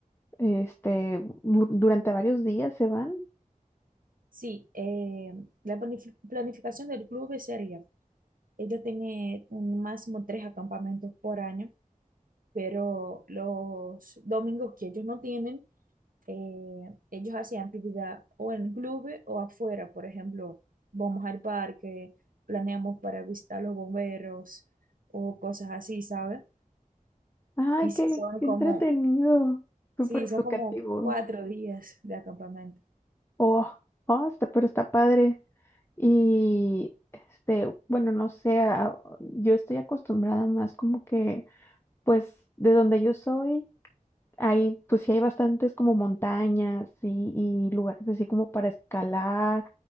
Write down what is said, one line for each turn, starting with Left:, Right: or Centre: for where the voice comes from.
Left: este, bu- durante varios días se van.
Right: Sí, eh, la planifi- planificación del club sería, ellos tienen un máximo tres acampamentos por año, pero los domingos que ellos no tienen, eh, ellos hacen actividad o en el club o afuera, por ejemplo, vamos al parque, planeamos para visitar los bomberos o cosas así, ¿sabes?
Left: Ay,
Right: Y si
Left: qué,
Right: son
Left: qué
Right: como,
Left: entretenido, súper
Right: sí, son
Left: educativo.
Right: como cuatro días de acampamento.
Left: Oh, oh, está, pero está padre. Y, este, bueno, no sé, a- yo estoy acostumbrada más como que, pues, de donde yo soy. Hay, pues sí hay bastantes como montañas y, y lugares así como para escalar,